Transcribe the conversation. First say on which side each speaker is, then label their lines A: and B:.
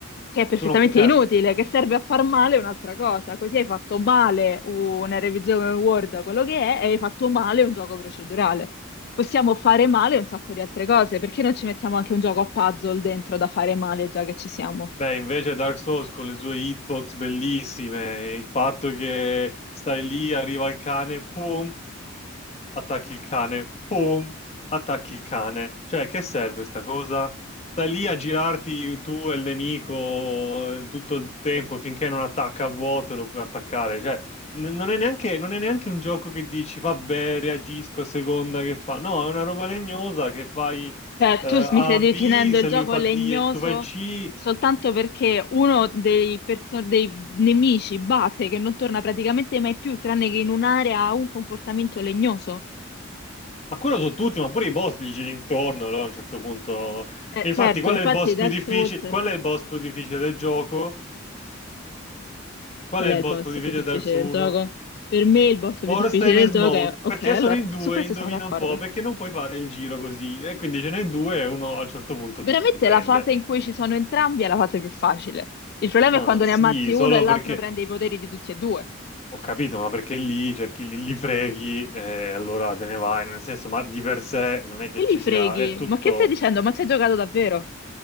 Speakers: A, on the left; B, on the left.
A: che è perfettamente
B: Tu non, ca- cioè,
A: inutile, che serve a far male è un'altra cosa. Così hai fatto male una revisione Word, quello che è, e hai fatto male un gioco procedurale. Possiamo fare male un sacco di altre cose, perché non ci mettiamo anche un gioco a puzzle dentro da fare male già che ci siamo?
B: Beh, invece Dark Souls con le sue hitbox bellissime, il fatto che stai lì, arriva il cane, pum, attacchi il cane, pum, attacchi il cane. Cioè, che serve sta cosa? Stai lì a girarti tu e il nemico eh, tutto il tempo finché non attacca a vuoto e lo puoi attaccare. Cioè, n- non è neanche, non è neanche un gioco che dici, vabbè, reagisco a seconda che fa. No, è una roba legnosa che fai
A: Cioè,
B: eh,
A: tu s- mi
B: A,
A: stai definendo
B: B, se
A: il gioco
B: lui fa
A: legnoso
B: D e tu fai C.
A: soltanto perché uno dei, perso- dei nemici base che non torna praticamente mai più, tranne che in un'area, ha un comportamento legnoso.
B: Ma quello su tutti, ma pure i boss li giri intorno, allora a un certo punto...
A: Eh,
B: E Infatti,
A: certo,
B: qual
A: infatti
B: è il boss
A: Dark
B: più difficile?
A: Souls
B: Qual è il boss più difficile del gioco? Qual
A: Qual
B: è
A: è
B: il
A: il
B: boss
A: boss
B: più difficile
A: più difficile
B: di Dark Souls
A: del gioco?
B: 1?
A: Per me il boss
B: Ornstein
A: più difficile
B: e
A: del
B: Smoke.
A: gioco è... Ok,
B: Perché
A: allora,
B: sono in due?
A: su questo
B: Indovina
A: siamo d'accordo.
B: un po', perché non puoi fare il giro così. E quindi ce n'è due e uno a un certo punto
A: Veramente
B: ti, ti prende.
A: la fase in cui ci sono entrambi è la fase più facile. Il problema
B: Ma
A: è quando
B: no, sì,
A: ne ammazzi
B: solo
A: uno e l'altro
B: perché...
A: prende i poteri di tutti e due.
B: Ho capito, ma perché lì cerchi, li, li freghi e allora te ne vai. Nel senso, ma di per sé non è che
A: Che
B: ci
A: li freghi?
B: sia... È tutto...
A: Ma che stai dicendo? Ma ci hai giocato davvero?